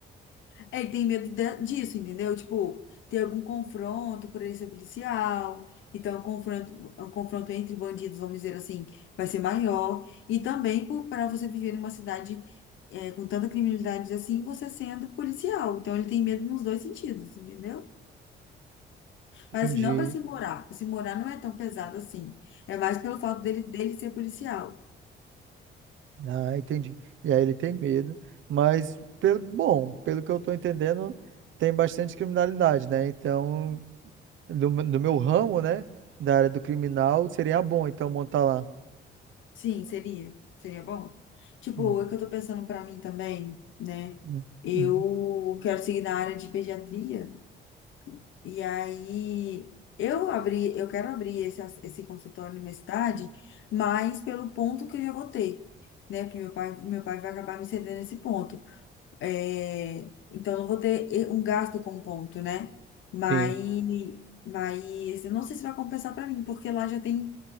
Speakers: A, on the left (about 75°); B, on the right (about 75°).
A: É, ele tem medo da- disso, entendeu? Tipo, ter algum confronto por ele ser policial. Então, o confronto, o confronto entre bandidos, vamos dizer assim, vai ser maior. E também para você viver numa cidade é, com tanta criminalidade assim, você sendo policial. Então, ele tem medo nos dois sentidos, entendeu? Mas
B: Entendi.
A: assim, não para se morar. Para se morar não é tão pesado assim. É mais pelo fato dele, dele ser policial.
B: Ah, entendi. E aí ele tem medo, mas pelo bom, pelo que eu estou entendendo, tem bastante criminalidade, né? Então, do, me- do meu ramo, né, da área do criminal, seria bom então montar lá.
A: Sim, seria. Seria bom. Tipo,
B: Hum,
A: é que eu tô pensando pra mim também, né?
B: hum,
A: Eu
B: hum.
A: quero seguir na área de pediatria. E aí, eu abri, eu quero abrir esse, esse consultório na minha cidade, mas pelo ponto que eu já vou ter, né? Porque meu pai, meu pai vai acabar me cedendo esse ponto. É, então, eu não vou ter e- um gasto com ponto, né? Mas,
B: Sim.
A: mas eu não sei se vai compensar para mim, porque lá já tem